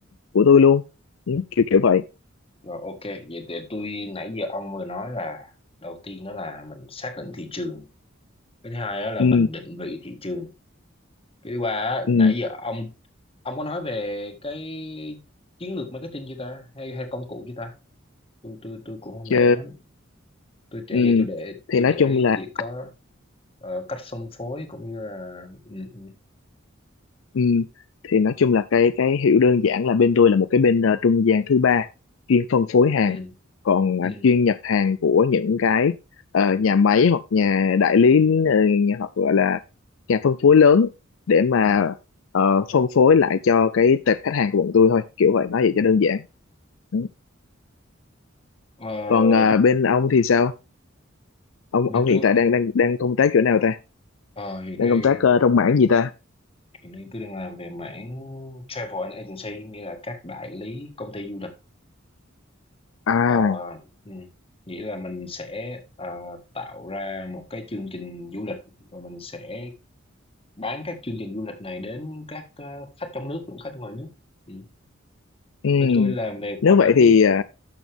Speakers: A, on the left (about 75°); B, on the left (about 30°).
A: của tôi luôn ừ, kiểu kiểu vậy
B: rồi ok vậy để tôi nãy giờ ông vừa nói là đầu tiên đó là mình xác định thị trường cái thứ hai đó là
A: ừ
B: mình định vị thị trường cái thứ ba á,
A: ừ
B: nãy giờ ông ông có nói về cái chiến lược marketing chưa ta hay hay công cụ chưa ta tôi tôi tôi cũng không
A: chứ
B: để lắm tôi chẳng
A: ừ
B: về chủ đề chủ
A: thì nói
B: đề ấy
A: chung là
B: chỉ có ờ, cách phân phối cũng như là ừ, ừ,
A: Ừ, thì nói chung là cái cái hiểu đơn giản là bên tôi là một cái bên ờ, trung gian thứ ba chuyên phân phối
B: ừ,
A: hàng còn ờ,
B: ừ,
A: chuyên nhập hàng của những cái ờ, nhà máy hoặc nhà đại lý ờ, nhà, hoặc gọi là nhà phân phối lớn để mà
B: ừ.
A: ờ, phân phối lại cho cái tệp khách hàng của bọn tôi thôi kiểu vậy nói vậy cho đơn giản Ừ.
B: Ờ,
A: còn ờ, bên ông thì sao ông
B: với
A: ông hiện
B: tôi
A: tại đang đang đang công tác chỗ nào ta
B: ờ, hiện nay
A: đang công tác ờ, trong mảng gì ta
B: hiện nay tôi đang làm về mảng travel and agency nghĩa là các đại lý công ty du lịch
A: à
B: Ờ, ừ. nghĩa là mình sẽ ờ, tạo ra một cái chương trình du lịch rồi mình sẽ bán các chương trình du lịch này đến các ờ, khách trong nước lẫn khách ngoài nước Ừ.
A: ừ.
B: bên tôi làm về
A: nếu
B: khoảng
A: vậy thì ờ,